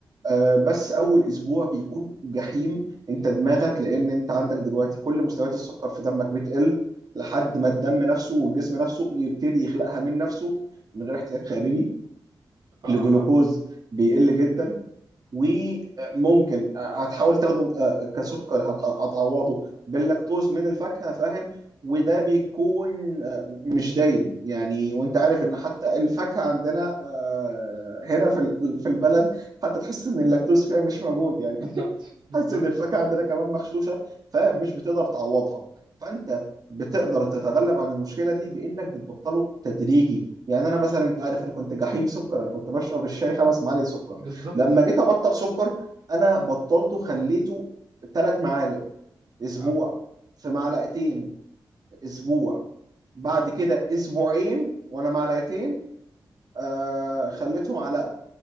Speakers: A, on the right; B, on the right.
A: آه، بس اول اسبوع بيكون جحيم انت دماغك لان انت عندك دلوقتي كل مستويات السكر في دمك بتقل لحد ما الدم نفسه والجسم نفسه يبتدي يخلقها من نفسه من غير احتياج خارجي
B: اه,
A: الجلوكوز
B: آه.
A: بيقل جدا وممكن آه، هتحاول تاخده آه، كسكر هتح- هتعوضه باللاكتوز من الفاكهة فاهم وده بيكون آه، مش دايم يعني وانت عارف ان حتى الفاكهة عندنا آه، هنا في ال- في البلد حتى تحس ان اللاكتوز فيها مش موجود يعني
B: بالظبط
A: <laughs>
B: بالظبط
A: حاسس ان الفاكهه عندنا كمان مغشوشه فمش
B: مم.
A: بتقدر تعوضها فانت بتقدر تتغلب عن المشكله دي بانك بتبطله تدريجي يعني انا مثلا انت عارف انا كنت جحيم سكر انا كنت بشرب الشاي خمس معالق سكر
B: بالظبط
A: لما جيت ابطل سكر انا بطلته خليته ثلاث معالق اسبوع
B: اه
A: في معلقتين اسبوع بعد كده اسبوعين وانا معلقتين آه خليتهم على